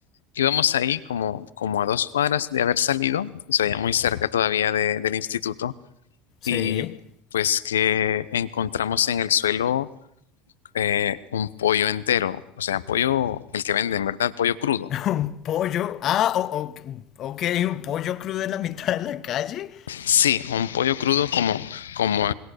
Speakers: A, on the left; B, on the left.
A: Íbamos ahí como, como a dos cuadras de haber salido, o sea, ya muy cerca todavía de- del instituto y
B: Sí.
A: pues que encontramos en el suelo eh, un pollo entero, o sea, pollo, el que venden, ¿verdad? Pollo crudo.
B: Un pollo. Ah, o- o- ok, un pollo crudo en la mitad de la calle.
A: Sí, un pollo crudo como, como,